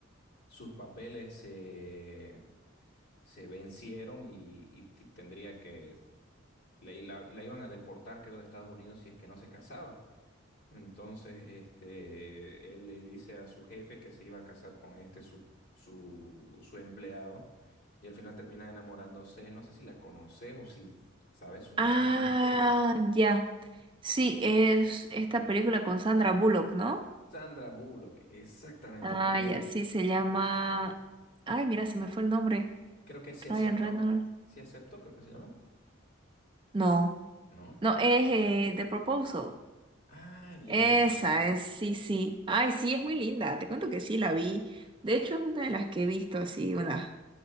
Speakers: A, on the left (about 55°); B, on the right (about 25°).
A: sus papeles se, se vencieron y, y t- tendría que, la, la la iban a deportar creo de Estados Unidos si es que no se casaba. Entonces, este, él le dice a su jefe que se iba a casar con este su, su, su empleado y al final termina enamorándose. No sé si la conoces o si sabes su nombre,
B: Ah,
A: que no me acuerdo.
B: ya. Sí, es esta película con Sandra Bullock, ¿no?
A: Sandra Bullock, exactamente
B: Ah,
A: con él.
B: ya, sí, se llama... Ay, mira, se me fue el nombre.
A: Creo que sí aceptó.
B: Ryan Reynolds.
A: Sí aceptó, creo que se llama.
B: No,
A: ¿No?
B: no, es eh, The Proposal.
A: Ah, ya,
B: Esa
A: ya, ya.
B: es, sí, sí. Ay, sí, es muy linda. Te cuento que sí, la vi. De hecho, es una de las que he visto así, una,